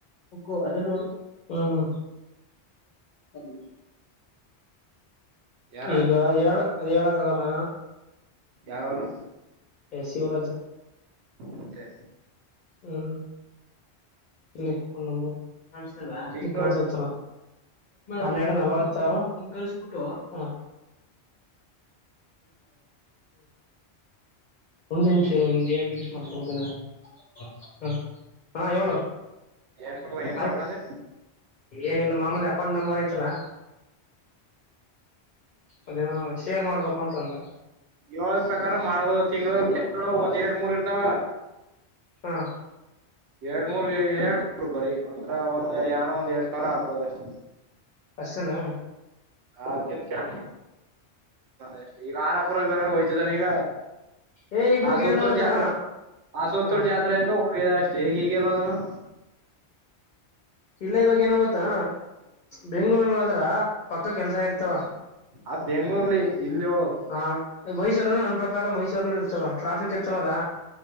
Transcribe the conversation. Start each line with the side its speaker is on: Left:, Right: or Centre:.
Left: ಹಕೋ ಅದುನ್ನ ಹ್ಮ್ ಹ್ಮ್ <inaudible>
Right: ಯಾರ
Left: ಈಗ ಏಳ ಅದೇಳ ಹಲ್ಲ
Right: ಯಾರವರು
Left: ಹೇ ಶಿವರಾಜ
Right: ಮತ್ತೆ
Left: ಹ್ಮ್ ಇಲ್ಲಿ ಅವ್ನ್ ನಂಬರ್ ಕಾಣಿಸ್ತಿಲ್ವಾ,
Right: ತಿಂಗಳು
Left: ಈಗ ಕಾಣ್ಸ್ತೈತಲ ಹನ್ನೆರಡು ನಲ್ವತ್ತಾರು ಹ್ ಒಂದು ನಿಮಿಷ ಇರು ಒಂದೆರಡು ನಿಮಿಷ ಮಾತಾಡ್ ಬಿಡ್ತೀನಿ ಹ ಹಾ ಹೇಳು
Right: ಏನ್ ಮಾಡುವ ಏನ್
Left: ಆಯ್ತು
Right: ಮಾಡಬೇಕಾದ್ರೆ
Left: ಏನಿಲ್ಲ ಮಾಮೂಲಿ ಅಕೌಂಟ್ ನಂಬರ್ ಆಯ್ತಲ್ಲಾ ಅದೇನೋ ಶೇರ್ ಮಾಡ್ಬೇಕು ಅಂತಂದ
Right: ಏಳು ಪ್ರಕಾರ ಮಾಡ್ಬೋದು ತಿಂಗಳು ಎಷ್ಟ ಒಂದ ಎರಡ್ ಮೂರ್ ಇರ್ ತ್ತವಾ
Left: ಹಾ
Right: ಎರಡ್ ಮೂರ್ಗೆ ಎರಡ್ ಮೂರು ಬರಿ ಅಂದ್ರ ಏನೋ ಒಂದ್ ಎರಡ್ ಸಾವಿರ ಆಗ್ಬೋದು ಅಷ್ಟೆ
Left: ಅಷ್ಟೇನಾ
Right: ಅದ್ಯಾ ಅಷ್ಟೇ ಈಗ ಆರಪುರ ಹೊಯ್ತಿದ್ದಾನ ಈಗ
Left: ಏ ಇವಾಗ
Right: ಆಸೋತ್ತರ
Left: ಏನ ಗೊತ್ತಾ
Right: ಜಾತ್ರೆ ಆಶುತ್ತರ
Left: ಹ
Right: ಜಾತ್ರೆ ಆಯ್ತು <unintelligible>
Left: ಇಲ್ಲ ಇವಾಗ ಏನು ಗೊತ್ತಾ ಬೆಂಗಳೂರ್ ಹೋದ್ರ ಪಕ್ಕ ಕೆಲ್ಸ ಇರ್ತಾವ
Right: ಆ ಬೆಂಗ್ಳೂರ್ಲ್ಲಿ ಇಲ್ಲಿ ಹೇಳು
Left: ಹಾ ಮೈಸೂರಲ್ಲ ನನ್ ಪ್ರಕಾರ ಮೈಸೂರಲ್ಲ ಇರ್ತವ ಟ್ರಾಫಿಕ್ ಇರ್ತವಲ್ಲಾ